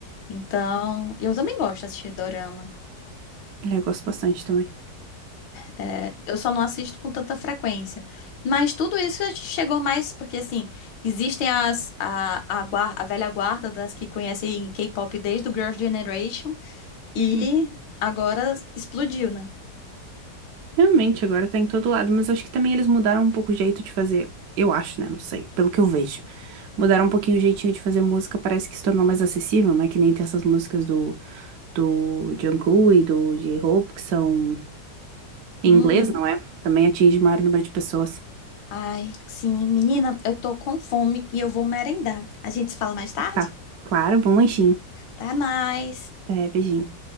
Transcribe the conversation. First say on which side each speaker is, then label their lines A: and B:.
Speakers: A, on the left; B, on the right.
A: Então, eu também gosto de assistir dorama.
B: É, Eu gosto bastante também.
A: É, é, eu só não assisto com tanta frequência. Mas tudo isso a gente chegou mais porque, assim, existem as, a, a, guar- a velha guarda das que conhecem K-pop desde o Girls' Generation. E
B: Uhum.
A: agora explodiu, né?
B: Realmente, agora tá em todo lado, mas acho que também eles mudaram um pouco o jeito de fazer. Eu acho, né? Não sei, pelo que eu vejo. Mudaram um pouquinho o jeitinho de fazer música, parece que se tornou mais acessível, né? Que nem tem essas músicas do do Jungkook e do J-Hope, que são em
A: Uhum.
B: inglês, não é? Também atinge o maior número de pessoas.
A: Ai, sim, menina, eu tô com fome e eu vou merendar. A gente se fala mais tarde?
B: Tá, claro, bom lanchinho.
A: Até mais.
B: Até, beijinho.